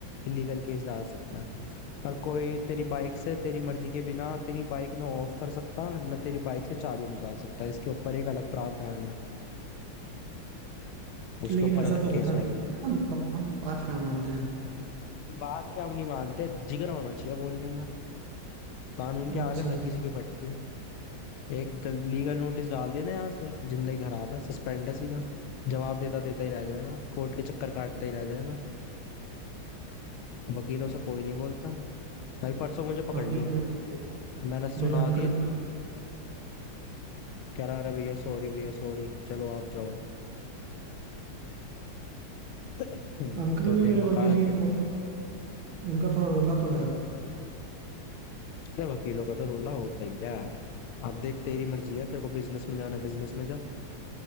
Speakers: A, on the left (about 85°); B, on the right (about 75°).
A: इलीगल केस डाल सकता है और कोई तेरी बाइक से तेरी मर्जी के बिना तेरी बाइक ना ऑफ कर सकता ना तेरी बाइक से चाबी निकाल सकता है इसके ऊपर एक अलग प्रावधान है उसके
B: कि- लेकिन
A: ऊपर
B: ऐसा
A: अलग
B: तो
A: केस
B: होता
A: होएगा
B: नहीं है ना कम हम बात कहाँ मानते हैं
A: बात क्या हम नहीं मानते जिगरा होना चाहिए बोलने का कानून के
B: अच्छा
A: आगे
B: अच्छा,
A: हर किसी की फटती है एक लीगल नोटिस डाल दिया ना यहाँ से जिंदगी खराब है सस्पेंड है सीधा जवाब देता देता ही रह जाएगा कोर्ट के चक्कर काटता ही रह जाएगा वकीलों से कोई नहीं बोलता भाई परसों मुझे पकड़
B: हाँ
A: लिया
B: ये तो देखा।
A: मैंने सुना
B: मेरे अंकल
A: दिया इतना
B: भी
A: कह रहा अरे भैया सॉरी भैया सॉरी चलो आप जाओ <clears throat> हम्म,
B: अंकल
A: तो देख
B: भी मेरे
A: वकालत
B: वकील ही हैं
A: कर
B: मतलब उनका थोड़ा रोला तो है
A: अरे वकीलों का तो रोला होता ही क्या है अब देख तेरी मर्जी है तेरे को बिजनेस में जाना है बिजनेस में जा